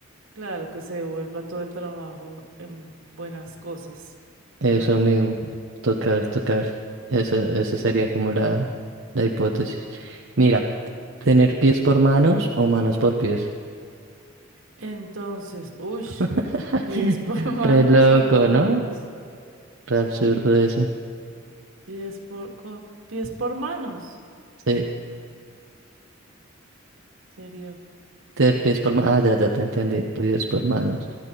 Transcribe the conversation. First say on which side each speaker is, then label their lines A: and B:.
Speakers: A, on the right; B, on the right.
A: Claro que se devuelva todo el trabajo en buenas cosas,
B: Eso
A: pero bueno.
B: mismo, tocar, tocar. Eso, esa sería como la, la hipótesis. Mira, tener pies por manos o manos por pies.
A: Entonces, uy,
B: <laughs>
A: pies por <laughs> manos
B: Re loco,
A: o manos.
B: ¿no? Re absurdo eso.
A: Pies por, co- pies por manos
B: Sí,
A: sería.
B: te- pies por manos. Ah, ya, ya te entendí, pies por manos.